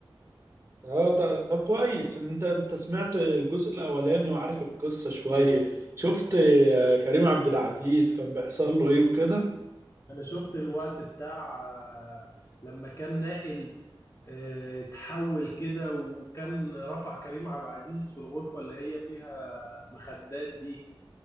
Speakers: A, on the right; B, on the left.
A: اه ط- طب كويس ان انت انت سمعت الجزء الاولاني وعارف القصة شوية شفت آه، كريم عبد العزيز كان بيحصل له ايه وكده
B: انا شفت الوقت بتاع آه، لما كان ناقل آه، اتحول كده وكان رفع كريم عبد العزيز في الغرفة اللي هي فيها مخدات دي